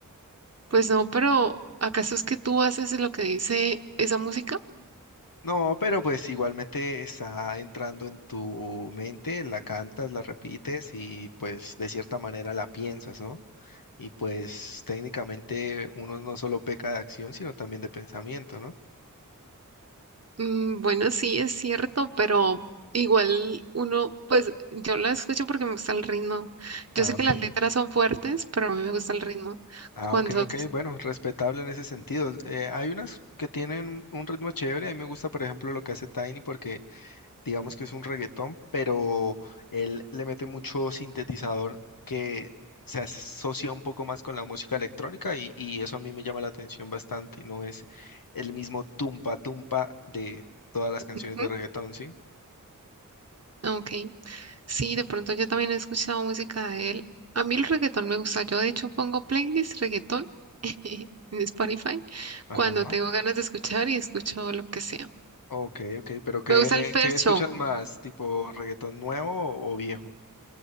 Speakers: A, on the right (about 50°); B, on the left (about 85°).
A: Pues no, pero ¿acaso es que tú haces lo que dice esa música?
B: No, pero pues igualmente está entrando en tu mente, la cantas, la repites y pues de cierta manera la piensas, ¿no? Y pues técnicamente uno no solo peca de acción, sino también de pensamiento, ¿no?
A: Mm, Bueno, sí, es cierto, pero igual uno, pues yo la escucho porque me gusta el ritmo.
B: Ah,
A: Yo sé que
B: ok.
A: las letras son fuertes, pero a mí me gusta el ritmo.
B: Ah,
A: Cuando...
B: ok, ok, bueno, respetable en ese sentido. Eh, hay unas que tienen un ritmo chévere, a mí me gusta, por ejemplo, lo que hace Tiny porque digamos que es un reggaetón, pero él le mete mucho sintetizador que se asocia un poco más con la música electrónica y, y eso a mí me llama la atención bastante, no es el mismo tumpa tumpa de todas las canciones
A: Ujú,
B: de reggaetón, ¿sí?
A: Ok, sí, de pronto yo también he escuchado música de él. A mí el reggaetón me gusta. Yo de hecho pongo playlist reggaetón <laughs> en Spotify
B: Ajá,
A: cuando tengo ganas de escuchar y escucho lo que sea.
B: ok, ok, pero ¿qué,
A: Me gusta el fercho
B: qué escuchas más? ¿Tipo reggaetón nuevo o viejo?